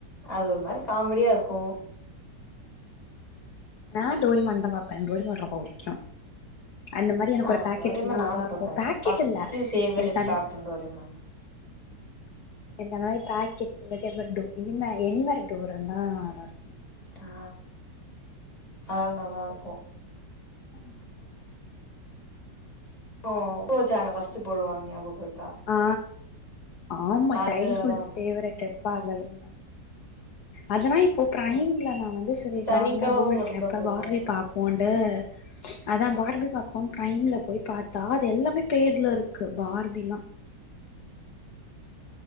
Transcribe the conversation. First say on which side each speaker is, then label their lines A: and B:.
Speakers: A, on the left; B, on the left.
A: அது ஒரு மாரி காமெடியா இருக்கோ
B: நா டோரிமான்ந்தாபா என்க்கு டோரிமான் ரொம்ப புடிக்கு அந்த மாரி எனக்கொரு
A: ஆ
B: பேக்கெட்
A: டோரேமான்
B: இருந்தா
A: நானு
B: நல்லா இருக்கோ
A: பாப்பே
B: பேக்கெட்
A: ஃபஸ்ட்டு
B: இல்ல
A: ஃபேவரட்
B: எனக்கு அந்
A: கார்ட்டூன் டோரேமான்
B: எந்த மாரி பேக்கெட்ல <unintelligible> இனிமே எனிமேர் டூரந்தா நல்லாருக்கு
A: ஆ அத்ல நல்லா இருக்கொ
B: உஹ்
A: ஓ லோக்கல் சேனல்ல ஃபஸ்டு போடுவாங்க ஞாபகருக்
B: ஆ ஆமா
A: அதுலதா
B: சைல்டு்ஹுட் ஃபேவரட்டு பாத <unintelligible> அதெல்லா இப்போ ப்ரைம்ல
A: பாப்
B: நா வந்து சேரி
A: சனிக்கெழம
B: நார்மலா <unintelligible>
A: மட்டுந்தா போடுவாங்க
B: பார்லி பாப்போ ட அதா பார்பி பாப்போ ப்ரைம்ல போய் பாத்தா அதெல்லாமே பேர்ல இருக்கு பார்பிலா